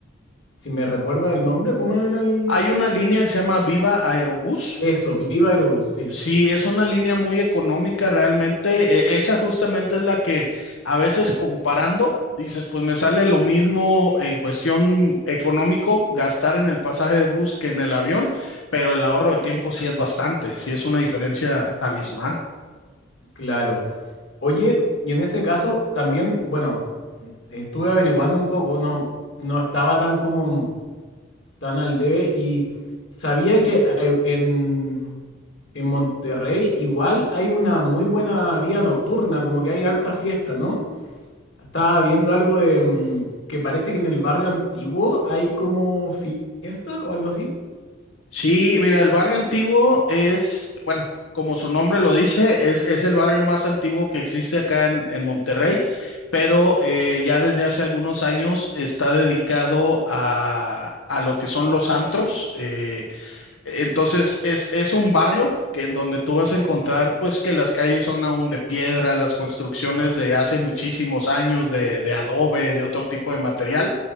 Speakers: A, on the left; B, on the left.
A: si me recuerda el nombre, ¿cómo era el...
B: Hay una línea que se llama Viva Aerobús.
A: Eso, Viva Aerobús, sí.
B: Sí, es una línea muy económica realmente. E- Esa justamente es la que a veces comparando, dices, pues me sale lo mismo en cuestión económico gastar en el pasaje de bus que en el avión, pero el ahorro de tiempo sí es bastante, sí es una diferencia abismal.
A: Claro. Oye, y en ese caso también, bueno, estuve averiguando un poco, no, no estaba tan como tan al debe y sabía que hay- en, en Monterrey igual hay una muy buena vida nocturna, como que hay harta fiesta, ¿no? Estaba viendo algo de mm, que parece que en el barrio antiguo hay como fiesta o algo así.
B: Sí, mira, el barrio antiguo es, bueno, como su nombre lo dice, es, es el barrio más antiguo que existe acá en, en Monterrey, pero eh, ya desde hace algunos años está dedicado a, a lo que son los antros. eh, entonces es, es un barrio que en donde tú vas a encontrar pues que las calles son aún de piedra, las construcciones de hace muchísimos años de, de adobe, de otro tipo de material,